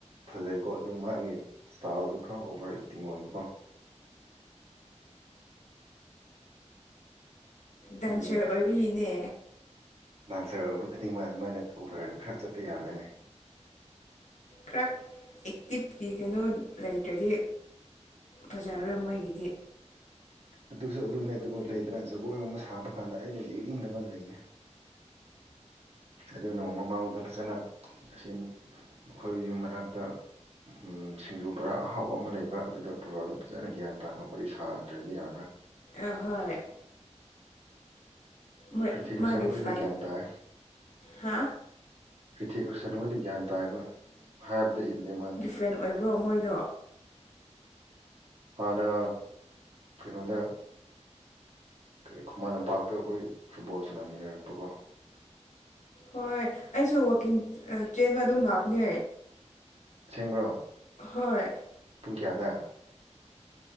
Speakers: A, on the right (about 60°); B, on the left (about 80°).
A: ꯐꯖꯩꯀꯣ ꯑꯗꯨ ꯃꯥꯒꯤ ꯏꯁꯇꯥꯏꯜꯗꯣ ꯈꯔ ꯑꯣꯚꯔ ꯑꯦꯛꯇꯤꯡ ꯑꯣꯏꯕꯀꯣ
B: ꯗꯥꯟꯁꯔ
A: ꯑꯗꯨꯒꯤ
B: ꯑꯣꯏꯕꯒꯤꯅꯦ
A: ꯗꯥꯟꯁꯔ ꯑꯣꯏꯕ ꯈꯨꯗꯤꯡꯃꯛ ꯑꯗꯨꯃꯥꯏꯅ ꯇꯧꯕꯔ ꯈꯔ ꯆꯠꯄ ꯌꯥꯕ꯭ꯔꯥꯅꯦ
B: ꯈ꯭ꯔꯠ ꯑꯦꯛꯇꯤꯞꯀꯤ ꯀꯩꯅꯣ ꯂꯩꯇ꯭ꯔꯗꯤ ꯐꯖꯔꯔꯣꯏ ꯃꯣꯏꯒꯤꯗꯤ
A: ꯑꯗꯨꯖꯨ ꯑꯗꯨꯅꯦ ꯑꯗꯨꯕꯨ ꯂꯩꯗꯅ ꯖꯒꯣꯏꯒꯨꯝꯕ ꯁꯥꯕ ꯀꯥꯟꯗ ꯑꯩꯅ ꯌꯦꯛꯅꯤꯡꯗꯕ ꯂꯩꯅꯦ ꯑꯗꯨ ꯅꯣꯡꯃ ꯃꯉꯣꯟꯗ ꯐꯖꯅ ꯑꯁꯤ ꯑꯈꯣꯏ ꯌꯨꯝ ꯃꯅꯥꯛꯇ ꯎꯝ ꯁꯤꯡꯖꯨ ꯕꯣꯔꯥ ꯑꯍꯥꯎꯕ ꯑꯃ ꯂꯩꯕ ꯑꯗꯨꯗ ꯄꯨꯔꯥꯑꯒ ꯐꯖꯅ ꯒ꯭ꯌꯥꯟ ꯇꯥꯅ ꯋꯥꯔꯤ ꯁꯥꯗ꯭ꯔꯗꯤ ꯌꯥꯔꯣꯏ
B: ꯑꯦꯍꯣꯏ ꯃꯣꯏ
A: ꯔꯤꯊꯤꯛ ꯔꯣꯁꯟ
B: ꯃꯥꯒꯤ
A: ꯈꯣꯏꯗꯤ
B: ꯐ꯭ꯂꯥꯏꯠ
A: ꯒꯌ꯭ꯥꯟ ꯇꯥꯏ
B: ꯍꯥ
A: ꯔꯤꯊꯤꯛ ꯔꯣꯁꯟꯈꯣꯏꯗꯤ ꯒ꯭ꯌꯥꯟ ꯇꯥꯏꯕ ꯍꯥꯏꯕꯗ ꯏꯜꯂꯦ ꯃꯥꯅꯤ
B: ꯄ꯭ꯔꯦꯟ ꯑꯣꯏꯕ꯭ꯔꯣ ꯃꯣꯏꯗꯣ
A: ꯍꯥꯟꯅ ꯀꯩꯅꯣꯗ ꯀ ꯈꯨꯃꯟ ꯂꯝꯄꯥꯛꯇ ꯑꯈꯣꯏ ꯐꯨꯠꯕꯣꯜ ꯁꯅꯥꯃꯤꯟꯅꯔꯛꯄꯀꯣ
B: ꯍꯣꯏ ꯑꯩꯁꯨ ꯋꯥꯛꯀꯤꯡ ꯑ ꯆꯦꯟꯕ ꯑꯗꯨꯝ ꯂꯥꯛꯄꯅꯦ
A: ꯑꯁꯦꯡꯕ꯭ꯔꯣ
B: ꯍꯣꯏ
A: ꯄꯨꯡ ꯀ꯭ꯌꯥꯗ